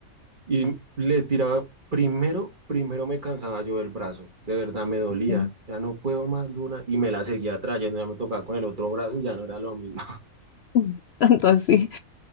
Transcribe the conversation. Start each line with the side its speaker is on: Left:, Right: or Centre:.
Right: Y le tiraba primero, primero me cansaba yo del brazo, de verdad me dolía,
Left: Ok.
Right: ya no puedo más, Luna, y me la seguía trayendo, ya me tocaba con el otro brazo, ya no era lo mismo.
Left: <laughs> Tanto así.